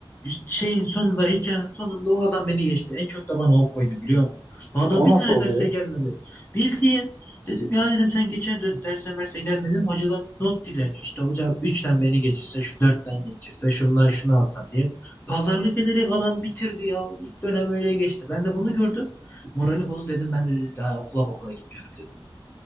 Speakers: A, on the left (about 20°); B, on the right (about 40°).
A: şeyin sonunda hikayenin sonunda o adam beni geçti. En çok da bana o koydu biliyor musun? Bu adam
B: O
A: bir
B: nasıl
A: tane
B: oldu
A: derse
B: ya?
A: gelmedi. Bildiğin dedim ya dedim sen geçen dön- derse merse gelmedin. Hocadan not dileniyor. İşte hoca üçten beni geçirse şu dörtten geçirse şundan şunu alsan diye. Pazarlık ederek adam bitirdi ya. İlk dönem öyle geçti. Ben de bunu gördüm. Moralim bozdu dedim ben de daha okula okula gitmiyorum dedim.